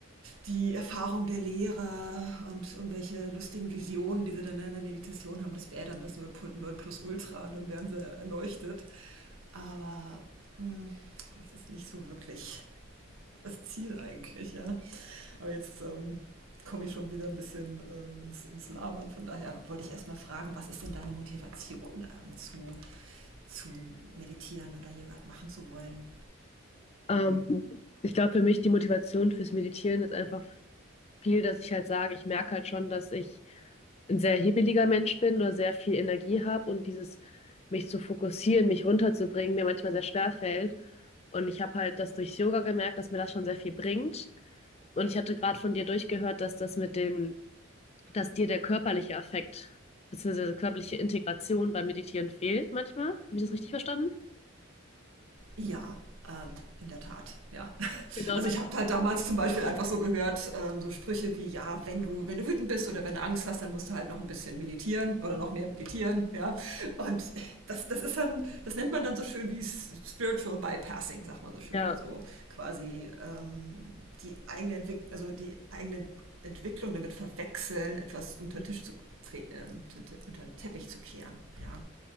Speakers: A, on the right; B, on the left.
A: die Erfahrung der Lehre und irgendwelche lustigen Visionen, die sie dann in der Meditation haben, das wäre dann das Null plus Ultra und dann wären sie erleuchtet. Aber mh, das ist nicht so wirklich das Ziel eigentlich, ja. Aber jetzt ähm, komme ich schon wieder ein bisschen ähm, ins, ins Labern. Von daher wollte ich erstmal fragen, was ist denn deine Motivation ähm, zu, zu meditieren oder hier gerade machen zu wollen?
B: Ähm, ich glaube, für mich die Motivation fürs Meditieren ist einfach viel, dass ich halt sage, ich merke halt schon, dass ich ein sehr hibbeliger Mensch bin oder sehr viel Energie habe und dieses mich zu fokussieren, mich runterzubringen, mir manchmal sehr schwer fällt. Und ich habe halt das durch Yoga gemerkt, dass mir das schon sehr viel bringt. Und ich hatte gerade von dir durchgehört, dass das mit dem, dass dir der körperliche Affekt beziehungsweise körperliche Integration beim Meditieren fehlt manchmal. Habe ich das richtig verstanden?
A: Ja, ähm, in der Tat, ja. <laughs>
B: Genau
A: Also
B: das,
A: ich habe halt damals zum Beispiel einfach so gehört, ähm, so Sprüche wie, ja, wenn du, wenn du wütend bist oder wenn du Angst hast, dann musst du halt noch ein bisschen meditieren oder noch mehr meditieren, ja. Und das, das ist dann, das nennt man dann so schön wie Spiritual Bypassing, sagt man so schön.
B: ja.
A: Also quasi ähm, die eigene Entwicklung, also die eigenen Entwicklung damit verwechseln, etwas unter
B: Mhm.
A: den Tisch zu tre- äh, unter den Teppich zu kehren. Ja.